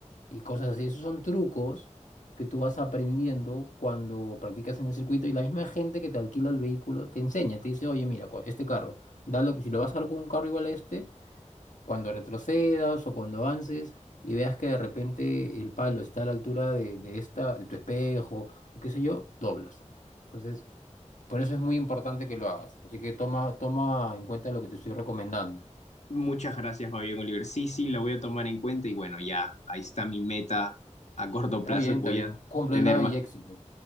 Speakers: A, on the left; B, on the left.
A: Y cosas así. Esos son trucos que tú vas aprendiendo cuando practicas en el circuito y la misma gente que te alquila el vehículo te enseña, te dice, oye, mira, cua- este carro, dalo, si lo vas a dar con un carro igual a este, cuando retrocedas o cuando avances y veas que de repente el palo está a la altura de, de esta, de tu espejo o qué sé yo, doblas. Entonces, por eso es muy importante que lo hagas. Así que toma, toma en cuenta lo que te estoy recomendando.
B: Muchas gracias, Fabián Oliver. Sí, sí, lo voy a tomar en cuenta y bueno, ya, ahí está mi meta a corto
A: Está
B: plazo
A: bien,
B: que voy
A: está bien.
B: a
A: Cúmplela
B: tener más.
A: y éxito.